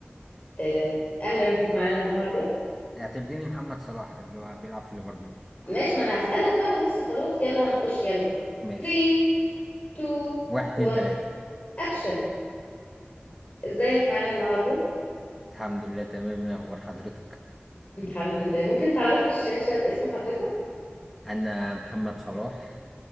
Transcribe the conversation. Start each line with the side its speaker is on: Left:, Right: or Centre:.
Left: آه، اهلا بيك معانا النهارده
Centre: اعتبريني محمد صلاح اللي هو بيلعب في ليفربول
Left: ماشي ما انا هسألك بقى لسه خلاص يلا هنخش يلا
Centre: ماشي
Left: 3 2
Centre: واحد اتنين
Left: 1
Centre: تلاتة
Left: اكشن ازيك معانا النهارده
Centre: الحمد لله تمام ايه اخبار حضرتك
Left: الحمد لله ممكن تعرف الشاشة باسم حضرتك؟
Centre: انا محمد صلاح